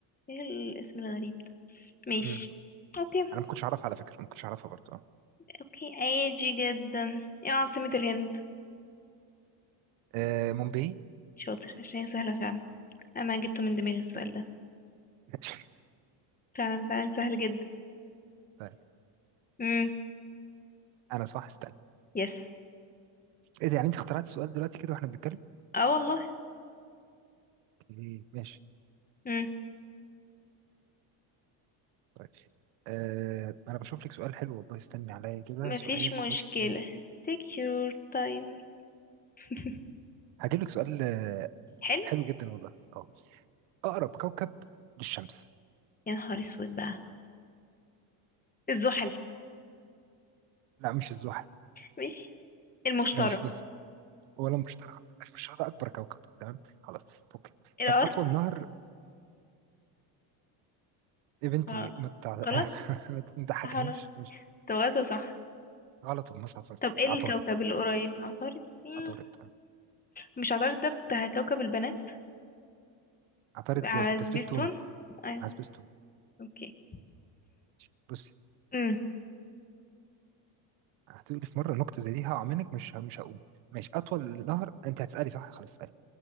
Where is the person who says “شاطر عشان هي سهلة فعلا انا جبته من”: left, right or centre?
Left